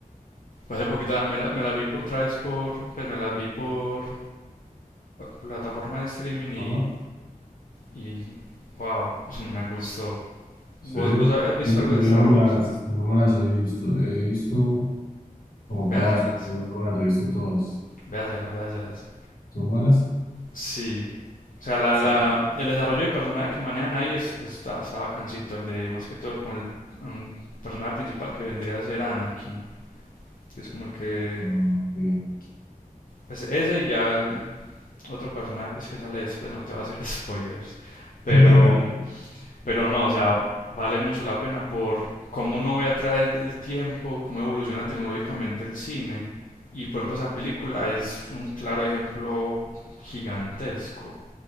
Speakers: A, on the left; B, on the left.
A: Hace poquito me la, me la vi por- otra vez por... Pues me las vi por plataforma de streaming y,
B: forma?
A: y wow, <laughs> me gustó.
B: Sí.
A: ¿Vos, ¿Vos habías visto
B: Fíjate
A: algo
B: que
A: de Star
B: Yo no
A: Wars?
B: me las, no me las he visto. He visto como
A: Véaselas,
B: pedazos, pero no me las he visto todas.
A: véaselas, véaselas.
B: ¿Son buenas?
A: Sí. O sea, la,
B: Sí.
A: la, el desarrollo de personaje que manejan ahí es, está, está bacancito. El de, más que todo, el, como el mm, personaje principal que vendría a ser Anakin. Que es como el que...
B: Ah, bien.
A: Pues ese y ya el otro personaje pues, que sale después. No te va a hacer <laughs> spoilers. Pero
B: <laughs>
A: Pero no, o sea, vale mucho la pena por cómo uno ve a través del tiempo, cómo evoluciona tecnológicamente el cine. Y por ejemplo, esa película es un claro ejemplo gigantesco.